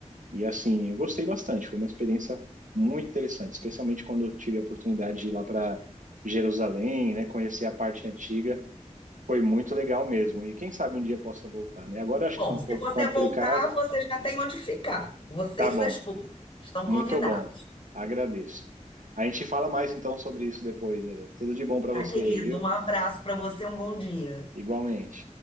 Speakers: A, on the right; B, on the left.
A: e assim, eu gostei bastante, foi uma experiência muito interessante, especialmente quando eu tive a oportunidade de ir lá para Jerusalém, né, conhecer a parte antiga, foi muito legal mesmo. E quem sabe um dia possa voltar, né? Agora eu acho
B: Bom,
A: que tá um
B: se
A: pouco
B: você
A: complicado.
B: voltar, você já tem onde ficar. Você
A: Tá
B: e sua
A: bom.
B: esposa estão convidados.
A: Muito bom. Agradeço. A gente fala mais então sobre isso depois, Eder. Tudo de bom para
B: Tá,
A: você
B: querido?
A: aí, viu?
B: Um abraço para você, um bom dia.
A: Igualmente.